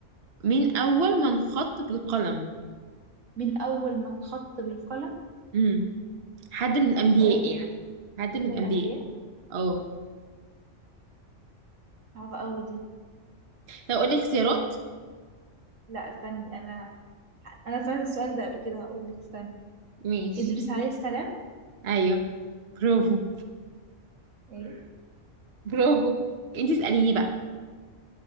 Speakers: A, on the right; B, on the right.
A: مين أول من خط بالقلم
B: من اول ما اتخط بالقلم
A: امم حد من الأنبياء
B: سؤال
A: يعني حد من
B: حد من
A: الأنبياء
B: الانبياء
A: اه
B: عارفه قوي دي
A: طب أقول لك اختيارات
B: لا استني انا انا سمعت السؤال ده قبل كده هقول لك استنى
A: ماشي
B: ادريس عليه السلام
A: أيوه برافو
B: ايه
A: برافو انتي اسأليني بقى